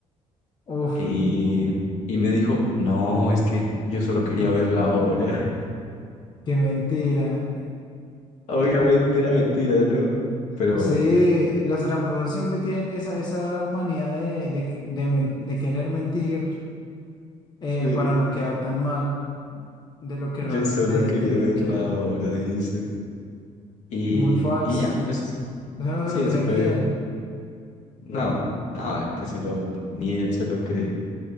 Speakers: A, on the left; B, on the left.
A: Uf,
B: Y, y me dijo, no, es que yo solo quería
A: ah,
B: ver la obra.
A: qué mentira.
B: <laughs> Obviamente era mentira, ¿no? Pero
A: Sí, los tramposos siempre tienen esa, esa manía de, de, que- de men- de querer mentir eh,
B: eh,
A: para no quedar tan mal. de lo que
B: yo
A: realmente
B: solo quería
A: debieron
B: ver
A: quedar.
B: la obra, dice. Y,
A: Muy falso.
B: y ya, pues
A: Eso no
B: sí,
A: se lo
B: eso
A: cree
B: fue,
A: ni él.
B: no, no, que se lo, ni él se lo cree.